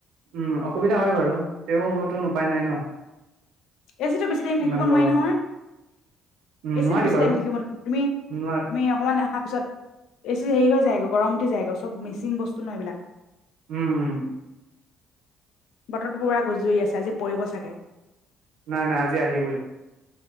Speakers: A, on the right (about 75°); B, on the left (about 75°).
A: উম, অসুবিধা হয় বাৰু। তেওঁ <unintelligible> নো উপায় নাই ন'।
B: এ চি টো বেছি টাইম থাকিব
A: ইমান
B: নোৱাৰি
A: গৰম
B: নহয়,
A: উম
B: এ
A: নোৱাৰি
B: চি টো বেছি
A: বাৰু
B: টাইম থাকিব ন তুমি,
A: নোৱাৰি
B: তুমি অকমান তাৰপিছত এ চি টো হেৰি হৈ যায় গৈ, গৰম উঠি যায় গৈ, চব মেচিন বস্তু ন' এইবিলাক।
A: উম, উম।
B: বতৰটো পুৰা গুজুৰি আছে, আজি পৰিব চাগে
A: নাই নাই, আজি আহিবই।